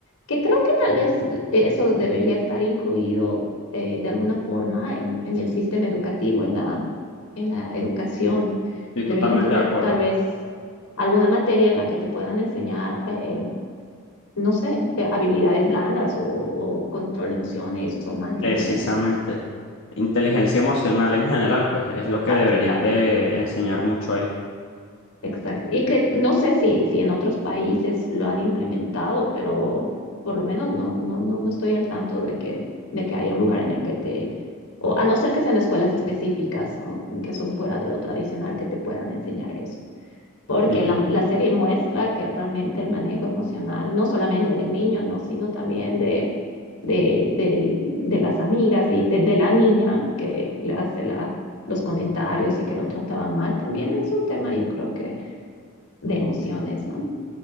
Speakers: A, on the left (about 90°); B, on the left (about 60°).
A: que creo que tal vez eso debería estar incluido eh, de alguna forma en, en el sistema educativo, en la, en la educación.
B: estoy
A: Deberían
B: totalmente
A: tener
B: de acuerdo.
A: tal vez alguna materia en la que te puedan enseñar. eh, no sé, eh, habilidades blandas o, o control de emociones o mindfulness.
B: Precisamente.
A: o-
B: Inteligencia emocional en general, pues es lo que deberían
A: Exactamente,
B: de enseñar mucho ahí.
A: exacto. Y que no sé si, si en otros países lo han implementado, pero por lo menos no, no, no, no estoy al tanto de que, de que haya un lugar en el que te, o a no ser que sean escuelas específicas, ¿no? que son fuera de lo tradicional, que te puedan enseñar eso. porque
B: Sí,
A: la, la serie muestra que realmente el manejo emocional, no solamente del niño, ¿no? sino también de, de, del- de las amigas y de, de la niña que le hace la, los comentarios y que lo trataba mal, también es un tema, yo creo que, de emociones, ¿no?